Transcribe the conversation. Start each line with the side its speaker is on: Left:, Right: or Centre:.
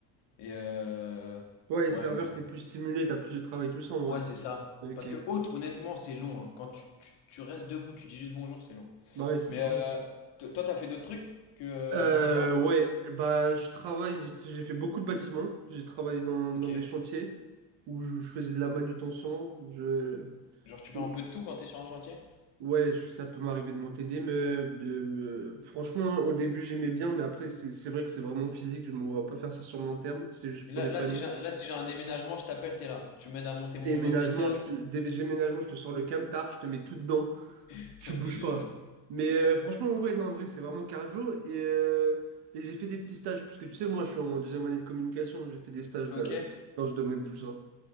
Left: Et euh,
Right: Ouais,
Left: ouais,
Right: serveur,
Left: donc.
Right: t'es plus stimulé, t'as plus de travail, tout ça, ouais
Left: Ouais, c'est ça.
Right: Ok.
Left: Parce que hôte, honnêtement, c'est long. hein. Quand tu, tu- tu restes debout, tu dis juste bonjour, c'est long.
Right: Bah ouais, c'est
Left: Mais
Right: ça.
Left: euh, to- toi, t'as fait d'autres trucs que euh,
Right: Euh,
Left: la patinoire?
Right: ouais, bah je travaille, j'ai j'ai fait beaucoup de bâtiments. J'ai travaillé dans,
Left: Ok.
Right: dans des chantiers où je, je faisais de la manutention. Je,
Left: Genre, tu
Right: ou-
Left: fais un peu de tout quand t'es sur un chantier?
Right: ouais, je- ça peut m'arriver de monter des meubles. de me- Franchement, au début, j'aimais bien, mais après, c'est c'est vrai que c'est vraiment physique. Je me vois pas faire ça sur le long terme. C'est juste
Left: Et
Right: pour
Left: là,
Right: dépanner.
Left: là, si j'ai, là, si j'ai un déménagement, je t'appelle, t'es là. Tu m'aides à monter
Right: Déménagement,
Left: mon meuble Ikea,
Right: je
Left: tout.
Right: te, dé- déménagement, je te sors le camtar, je te mets tout dedans.
Left: <laughs>
Right: Tu
Left: Vas-y,
Right: bouges
Left: génial.
Right: pas. Mais euh, franchement, ouais, non, en vrai, c'est vraiment cardio. Et, euh, et j'ai fait des petits stages, parce que tu sais, moi, je suis en deuxième année de communication, j'ai fait des stages
Left: Ok.
Right: de- dans ce domaine, tout ça.